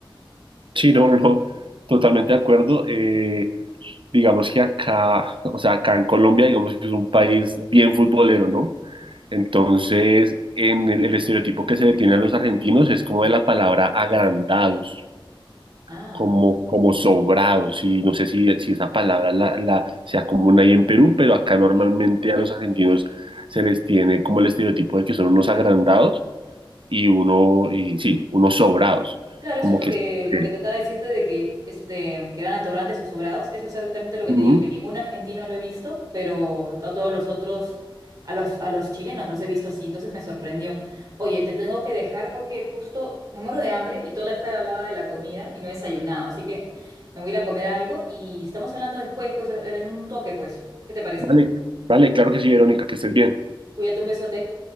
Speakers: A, on the right; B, on the right.
A: Sí, no, no, no, totalmente de acuerdo. Eh, digamos que acá, <laughs> o sea, acá en Colombia, digamos que es un país bien futbolero, ¿no? Entonces, en el, el estereotipo que se le tiene a los argentinos es como de la palabra agrandados.
B: Ah,
A: como, como sobrados, y no sé si, si esa palabra la, la, sea común ahí en Perú, pero acá normalmente
B: sí.
A: a los argentinos se les tiene como el estereotipo de que son unos agrandados y uno, y sí, unos sobrados,
B: Claro,
A: como
B: eso es lo
A: que...
B: que, lo
A: que-
B: que trataba de decirte de que, este, que eran atorrantes o sobrados. Eso es exactamente lo que
A: Ujú.
B: te digo, que ningún argentino lo he visto, pero a todos los otros, a los, a los chilenos los he visto así, entonces me sorprendió. Oye, te tengo que dejar porque justo me muero de hambre y toda la esta hablaba de la comida y no he desayunado, así que me voy a ir a comer algo y estamos hablando después, pues en un toque, pues. ¿Qué te parece?
A: Vale, vale, claro que sí, Verónica, que estés bien.
B: Cuídate, un besote.